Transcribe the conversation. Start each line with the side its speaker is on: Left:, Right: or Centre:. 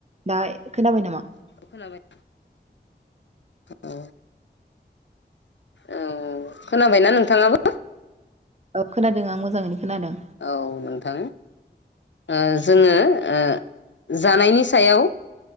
Right: दाय खोनाबाय नामा?
Left: खोनाबाय औ औ खोनाबायना नोंथाङाबो?
Right: औ खोनादों आं मोजाङैनो खोनादों
Left: औ नों थां ओ जोङो ओ जानायनि सायाव